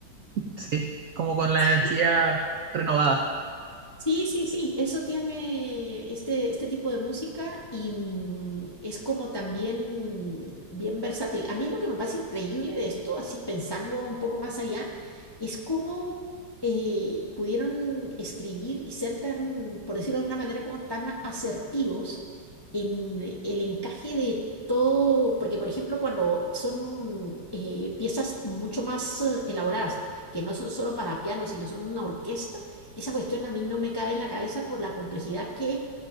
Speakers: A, on the right (about 75°); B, on the left (about 30°).
A: Sí, como con la
B: <laughs>
A: energía renovada.
B: Sí, sí, sí, eso tiene este, este tipo de música y mm, es como también bien versátil. A mí lo que me parece increíble de esto, así pensando un poco más allá, es cómo eh, pudieron escribir y ser tan, por decirlo de alguna manera, como tan asertivos en el encaje de todo, porque por ejemplo cuando son mm, eh, piezas mucho más eh, elaboradas, que no son solo para piano, sino son una orquesta esa cuestión a mí no me cabe en la cabeza por la complejidad que